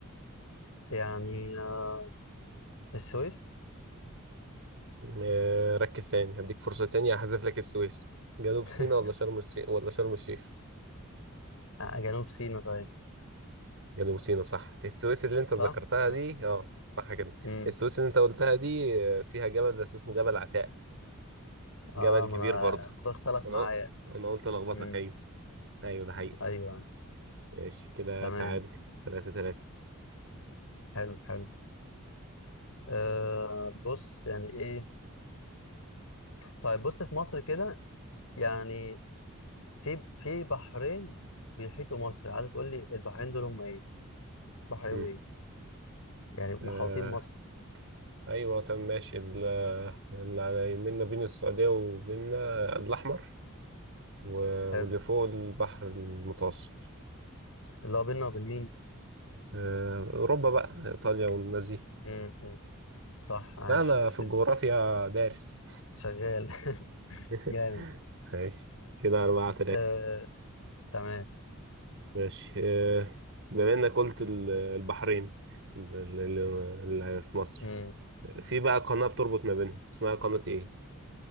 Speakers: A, on the left (about 80°); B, on the right (about 65°).
A: يعني آه، السويس
B: آه. ركز تاني هديك فرصة تانية هحذف لك السويس جنوب
A: <laughs>
B: سيناء ولا شرم الشيخ ولا شرم الشيخ
A: آه، جنوب سيناء طيب
B: جنوب سيناء صح السويس اللي انت
A: صح؟
B: ذكرتها
A: ماشي
B: دي اه صح كده
A: امم
B: السويس اللي انت قلتها دي آه، فيها جبل بس اسمه جبل عتاق جبل
A: اه
B: كبير
A: ما انا
B: برضه
A: الموضوع اختلف
B: انا
A: معايا
B: قل- انا قلت الخبطك
A: امم
B: ايوه ايوه ده حقيقي
A: ايوه
B: ماشي كده
A: تمام
B: تعادل تلاتة تلاتة
A: حلو حلو آه بص يعني ايه طيب بص في مصر كده يعني في في بحرين بيحيطوا مصر عايز تقول لي البحرين دول هم ايه؟ بحر ايه
B: مم.
A: وايه؟ يعني
B: آه.
A: محاوطين مصر
B: ايوه تمام ماشي ال- اللي على يمنا بين السعودية وبيننا الاحمر و-
A: حلو
B: واللي فوق البحر المتوسط
A: اللي هو بيننا وبين مين؟
B: آه. اوروبا بقى ايطاليا والناس دي
A: امم أمم. صح عايش
B: لا انا
A: عايش
B: في
A: جدا
B: الجغرافيا دارس
A: شغال <laughs>
B: <laughs>
A: جامد
B: ماشي كده أربعة تلاتة
A: آه، تمام
B: ماشي آه، بما إنك قلت ال- البحرين اللي اللي في مصر
A: مم.
B: في بقى قناة بتربط ما بينهم اسمها قناة إيه؟